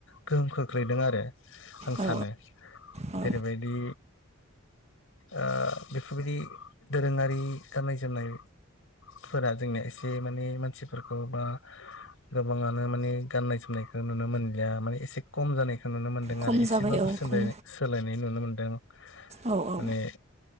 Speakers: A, on the left; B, on the right.
A: गोहोम खोख्लैदों आरो। आं
B: औ
A: सानो
B: औ
A: जेरैबायदि ओ बेफोरबायदि दोरोङारि गाननाय जोमनाय फोरा जोंनिया एसे माने मानसिफोरखौ बा गोबाङानो माने गाननाय जोमनायखौ नुनो मोनलिया माने एसे खम जानायखौ नुनो मोन दों
B: खम
A: आरो एसेबो
B: जाबाय औ
A: सोला-सोलायनाय
B: खम
A: नुनो मोनदों
B: औ औ
A: माने